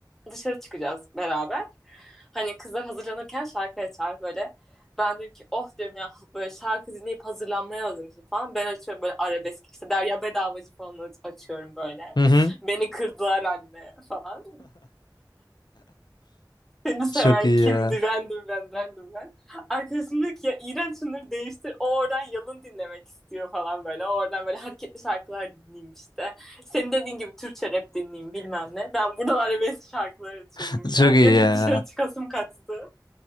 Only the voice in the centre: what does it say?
dışarı çıkacağız beraber. Hani kızlar hazırlanırken şarkı açar böyle. Ben dedim ki oh diyorum ya böyle şarkı dinleyip hazırlanmaya hazırım falan. Ben açıyorum böyle arabesk işte Derya Bedavacı falan aç- açıyorum böyle.
Beni kırdılar anne falan. Seni seven
kimdi?
Random ben, random ben. Arkadaşım diyor ki ya iğrenç şunları değiştir. O oradan yalın dinlemek istiyor falan böyle. O oradan böyle hareketli şarkılar dinleyeyim işte. Senin dediğin gibi Türkçe rap dinleyeyim bilmem ne. Ben buradan arabesk şarkılar açıyorum.
Yani
diyor ki
dışarı çıkasım kaçtı.